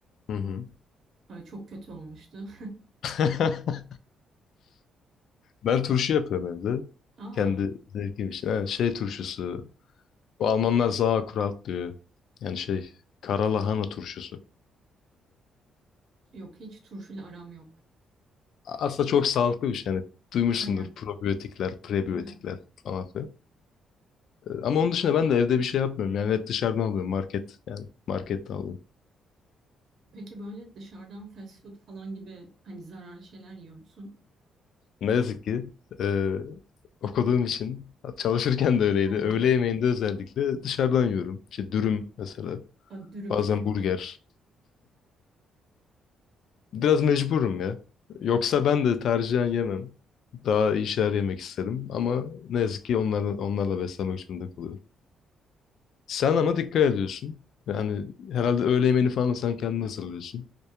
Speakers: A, on the left; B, on the right.
A: Hı hı.
B: Ay, çok kötü olmuştu.
A: <laughs> Ben turşu yapıyorum evde.
B: <laughs> Aa
A: Kendi zevkim için. Ha, şey turşusu. Bu Almanlar Sauerkraut diyor. Yani şey kara lahana turşusu.
B: yok hiç turşuyla aram yok.
A: A- Aslında çok sağlıklı bir şey. Yani duymuşsundur
B: Aynen.
A: probiyotikler, prebiyotikler
B: <laughs> Aha.
A: falan Ama onun dışında ben de evde bir şey yapmıyorum. Yani hep dışarıdan alıyorum market. Yani markette alıyorum.
B: Peki böyle dışarıdan fast food falan gibi hani zararlı şeyler yiyor musun?
A: Ne yazık ki e, okuduğum için çalışırken de öyleydi.
B: Aynen.
A: Öğle yemeğinde özellikle dışarıdan yiyorum. İşte dürüm mesela.
B: Aa, Dürüm
A: Bazen
B: çok
A: burger.
B: severim.
A: Biraz mecburum ya. Yoksa ben de tercihen yemem. Daha iyi şeyler yemek isterim. Ama ne yazık ki onlarla, onlarla beslenmek zorunda kalıyorum. Sen ama dikkat ediyorsun. Yani herhalde öğle yemeğini falan da sen kendin hazırlıyorsun.